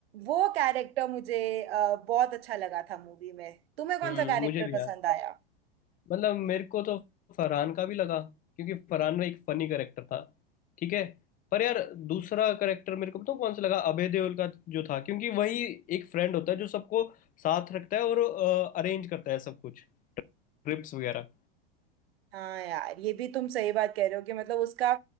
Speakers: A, on the right; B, on the left.
A: वो कैरेक्टर मुझे अ, बहुत अच्छा लगा था मूवी में तुम्हें कौन
B: हम्म,
A: सा कैरेक्टर
B: मुझे भी
A: पसंद
B: यार
A: आया
B: मतलब मेरे को तो फरहान का भी लगा क्योंकि फरहान में एक फनी करेक्टर था ठीक है पर यार दूसरा करेक्टर मेरे को पता कौन सा लगा अभय देओल का जो था क्योंकि वही एक फ्रेंड होता है जो सबको साथ रखता है और अरेंज करता है सब कुछ ट्रिप्स वगैरह
A: हाँ यार ये भी तुम सही बात कह रहे हो कि मतलब उसका